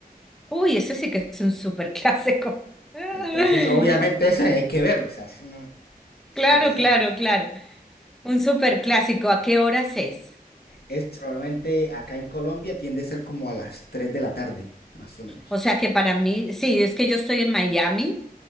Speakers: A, in the centre; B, on the left.
A: Uy, ese sí que es un súper clásico. <laughs>
B: Entonces, obviamente, ese hay que verlo, o sea, eso no- o sea,
A: Claro,
B: o sea,
A: claro, claro. Un súper clásico. ¿A qué horas es?
B: es probablemente acá en Colombia tiende a ser como a las 3 de la tarde, más o menos.
A: O sea que para mí, sí, es que yo estoy en Miami,